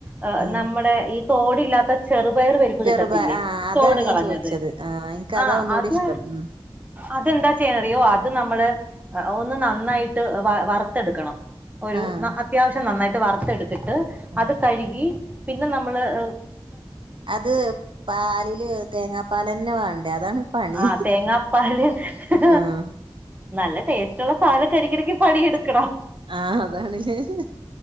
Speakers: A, on the right; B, on the right.
A: ഏ
B: ഉം
A: നമ്മുടെ ഈ തോടില്ലാത്ത ചെറുപയർ പരിപ്പ്
B: ചെറുപ
A: കിട്ടത്തില്ലേ
B: ആഹ് അതാണ്
A: തോട് കളഞ്ഞത്
B: ഞാൻ ചോദിച്ചത് ആഹ് എനിക്ക്
A: ആ
B: അതാ ഒന്നുകൂടി
A: അത്
B: ഇഷ്ടം ഉം
A: അതെന്താ ചെയ്യറിയോ അത് നമ്മള് ഒന്ന് നന്നായിട്ട് വ വറുത്തെടുക്കണം ഒരു
B: ആഹ്
A: ന അത്യാവശ്യം നന്നായിട്ട് വറുത്തെടുത്തിട്ട്
B: ഉം
A: അത് കഴുകി പിന്നെ നമ്മള് ഏ
B: അത് പാലില് തേങ്ങാപ്പാലെന്നെ വേണ്ടേ അതാണ് പണി
A: ആഹ തേങ്ങാപ്പാല് ഹി ഹി
B: ആഹ്
A: നല്ല ടേസ്റ്റ് ഉള്ള സാധനം കഴിക്കണെങ്കി പണിയെടുക്കണം
B: ആഹ അതാണ് ഹേ ഹി